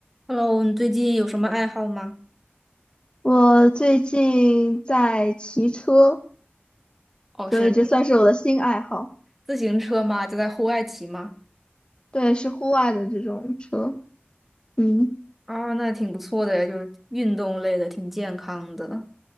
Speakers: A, in the centre; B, on the left (about 25°).
A: Hello，你最近有什么爱好吗？
B: 我最近在骑车，
A: 哦，是
B: 所以这算是我的新爱好。
A: 自行车吗？就在户外骑吗？
B: 对，是户外的这种车，嗯，
A: 啊，那挺不错的呀，就是运动类的，挺健康的。